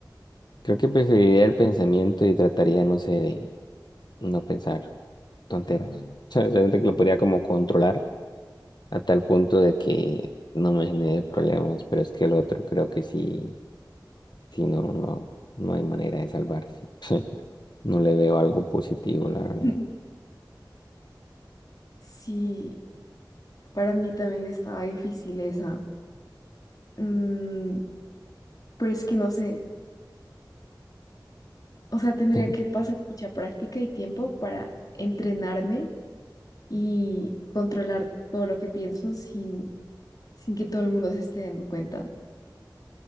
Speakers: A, on the left (about 65°); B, on the left (about 50°).
A: Creo que preferiría el pensamiento y trataría, no sé, de no pensar tonteras. <laughs> O sea, siento que lo podría como controlar a tal punto de que no me genere problemas. Pero es que el otro creo que sí, sí, no, no, no hay manera de salvarse. No le veo algo positivo, la verdad.
B: <laughs> Sí, para mí también estaba difícil esa. Mm, pero es que no sé, o sea, tendría
A: <laughs>
B: que pasar mucha práctica y tiempo para entrenarme y controlar todo lo que pienso sin, sin que todo el mundo se esté dando cuenta.